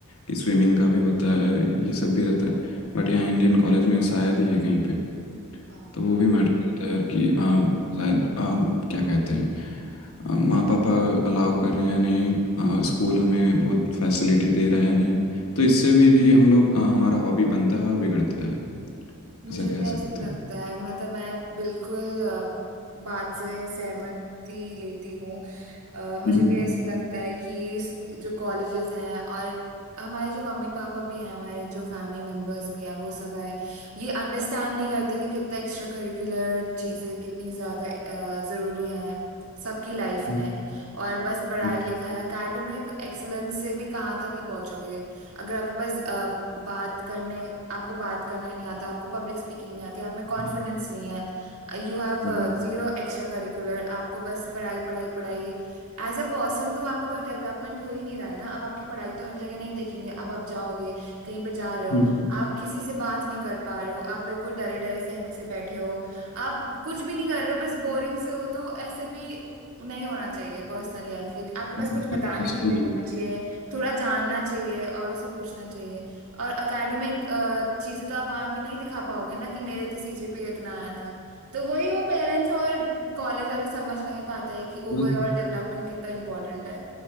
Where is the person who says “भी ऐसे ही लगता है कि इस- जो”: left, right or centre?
Right